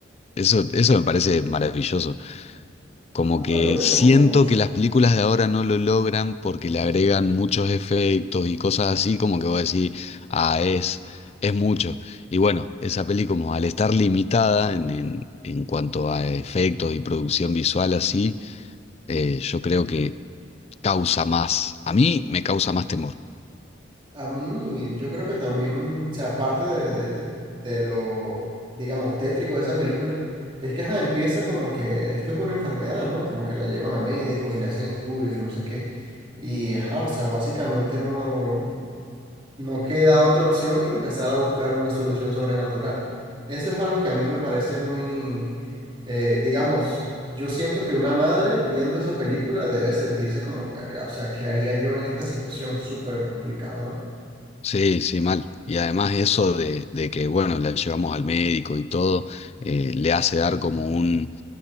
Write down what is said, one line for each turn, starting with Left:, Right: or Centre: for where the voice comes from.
Left: eso, eso me parece maravilloso. Como
Right: A-
Left: que
Right: Algo que
Left: siento
Right: me gusta mucho
Left: que las películas de ahora no lo logran porque le agregan muchos efectos y cosas así, como que voy a decir, ah, es, es mucho. Y bueno, esa peli como al estar limitada en, en, en cuanto a efectos y producción visual así, eh, yo creo que causa más, a mí me causa más temor.
Right: A mí, yo creo que también, o sea, aparte de, de- de lo, digamos, tétrico de esa película, es que ajá, empieza como que esto es una enfermedad, ¿no? Como que la llevan a médicos y le hacen estudios y no sé qué. Y, ajá, o sea, básicamente no, no queda otra opción que empezar a buscar una solución sobrenatural. Eso es algo que a mí me parece muy, eh, digamos, yo siento que una madre viendo esa película debe sentirse como, verga, o sea, ¿qué haría yo en esta situación? Es súper complicado, ¿no?
Left: Sí, sí, mal. Y además eso de, de que, bueno, la llevamos al médico y todo, eh, le hace dar como un,